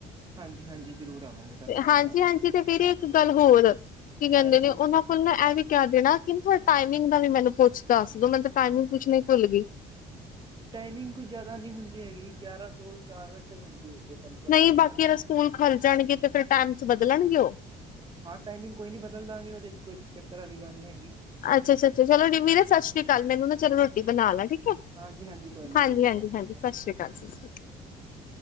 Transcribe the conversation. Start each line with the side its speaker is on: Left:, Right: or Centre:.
Right: ਹਾਂਜੀ ਹਾਂਜੀ ਜ਼ਰੂਰ ਆਵਾਂਗੇ ਸਤਿ ਸ਼੍ਰੀ
Left: ਹਾਂਜੀ-ਹਾਂਜੀ
Right: ਅਕਾਲ
Left: ਤੇ ਵੀਰੇ ਇੱਕ ਗੱਲ ਹੋਰ ਕੀ ਕੈਂਦੇ
Right: ਹਾਂਜੀ
Left: ਨੇ ਓਨਾਂ ਕੁਲ ਨਾ ਐ ਵੀ ਕੈ ਦੇਣਾ ਕੀ ਨਾ ਥੋਂ ਟਾਈਮਿੰਗ ਦਾ ਵੀ ਮੈਨੂੰ ਪੁੱਛ ਦੱਸ ਦੋ ਮੈਨੂੰ ਤਾਂ ਟਾਈਮਿੰਗ ਪੁੱਛਣੀ ਭੁੱਲ ਗੀ।
Right: ਟਾਈਮਿੰਗ ਕੋਈ ਜਾਦਾ ਨੀ ਹੁੰਦੀ ਹੈਗੀ ਗਿਆਰਾਂ ਤੋਂ ਚਾਰ ਵਜੇ ਤੱਕ ਹੁੰਦੀ ਹੈਗੀ। ਤੁਹਾਨੂੰ ਪਤਾ
Left: ਨਈ
Right: ਹੀ ਹੋਣਾ
Left: ਬਾਕੀ ਅਰ ਸਕੂਲ ਖੱਲ ਜਾਣਗੇ ਤੇ ਫੇਰ ਟੈਮ ਚ ਬਦਲਣਗੇ ਓ?
Right: ਹਾਂ ਟਾਈਮਿੰਗ ਕੋਈ ਨੀ ਬਦਲ ਦਾਂਗੇ ਉਦੇ ਕੋਈ ਚੱਕਰ ਆਲੀ ਗੱਲ ਨੀ ਹੈਗੀ।
Left: ਅੱਛਾ-ਅੱਛਾ ਛਾ ਚਲੋ ਵੀਰੇ ਸਸ ਸ੍ਰੀ ਕਾਲ ਮੈਂਨੂੰ ਨਾ ਚਲੋ ਰੋਟੀ ਬਣਾ ਲਾ ਠੀ ਕੈ
Right: ਹਾਂਜੀ ਹਾਂਜੀ ਕੋਈ ਨੀ
Left: ਹਾਂਜੀ-ਹਾਂਜੀ-ਹਾਂਜੀ
Right: ਠੀਕ ਆ ਸਤਿ ਸ਼੍ਰੀ
Left: ਸਸ ਸ੍ਰੀ ਕਾਲ ਸ
Right: ਅਕਾਲ